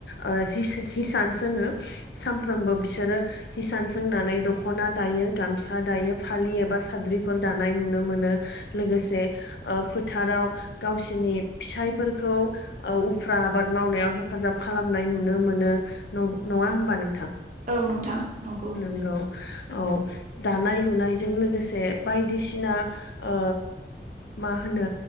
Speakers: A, on the left; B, on the right.
A: ओ हिस हिसान सोंङो सामफ्रोम बो बिसोरो हिसान सोंनानै दख'ना दायो गामसा दायो फालि एबा साद्रिफोर दान नाय नुनो मोनो लोगोसे ओ फोथाराव गावसोरनि फिसायफोरखौ ओ उफ्रा आबाद मावनायाव हेफाजाब खालामनाय नुनो मोनो न नङा होमबा नोंथां?
B: औ नोंथां नंगौ।
A: नोंगौ औ दानाय लुनाय जों लोगोसे बायदिसिना ओ मा होनो